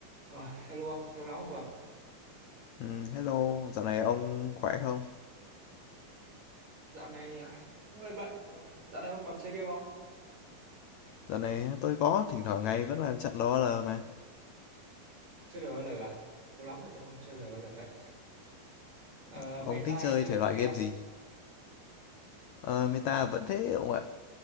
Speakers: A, on the right; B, on the left.
A: Ờ, hello ông, lâu lắm không gặp.
B: Ừm, hello, dạo này ông khỏe không?
A: Dạo này à, cũng hơi bận. nhưng mà Dạo này ông còn chơi game không?
B: Dạo này tôi có, thỉnh thoảng ngày vẫn làm trận LOL mà.
A: Chơi LOL à? Lâu lắm rồi tôi không chơi LOL ấy. Ờ,
B: Ông
A: meta
B: thích chơi
A: các thứ
B: thể loại
A: ok
B: game
A: không?
B: gì? Ờ, meta vẫn thế ông ạ.